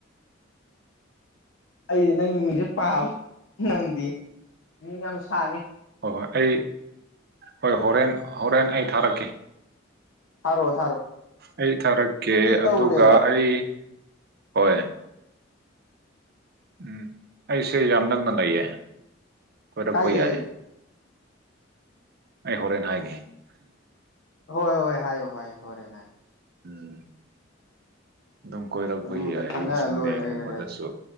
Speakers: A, on the left; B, on the right.
A: ꯑꯩ ꯅꯪꯒꯤ ꯃꯤꯡꯁꯦ ꯄꯥꯕ ꯅꯪꯗꯤ ꯃꯤ ꯌꯥꯝ ꯁꯥꯡꯉꯦ
B: ꯍꯣꯏ ꯍꯣꯏ ꯑꯩ ꯍꯣꯏ ꯍꯣꯔꯦꯟ ꯍꯣꯔꯦꯟ ꯑꯩ ꯊꯥꯔꯛꯀꯦ
A: ꯊꯔꯣ
B: ꯑꯩ ꯊꯥꯔꯛꯀꯦ
A: ꯇꯧꯔꯦꯕ
B: ꯑꯗꯨꯒ ꯑꯩ ꯍꯣꯏ ꯎꯝ ꯑꯩꯁꯦ ꯌꯥꯝ ꯅꯛꯅ ꯂꯩꯌꯦ ꯀꯣꯏꯔꯛꯄ
A: ꯀꯥꯏꯗ
B: ꯌꯥꯏ
A: ꯂꯩꯒꯦ
B: ꯑꯩ ꯍꯣꯔꯦꯟꯦ ꯍꯥꯏꯒꯦ
A: ꯍꯣꯏ ꯍꯣꯏ ꯍꯥꯏꯌꯣ ꯍꯣꯔꯦꯅꯥ
B: ꯎꯝ ꯑꯗꯨꯝ ꯀꯣꯏꯔꯛꯄ
A: ꯑꯗꯨꯕꯨꯗꯤ
B: ꯌꯥꯏ
A: ꯈꯪꯅꯔ
B: ꯁꯟꯗꯦꯒꯨꯝꯕꯗꯁꯨ
A: ꯂꯣꯏꯔꯦ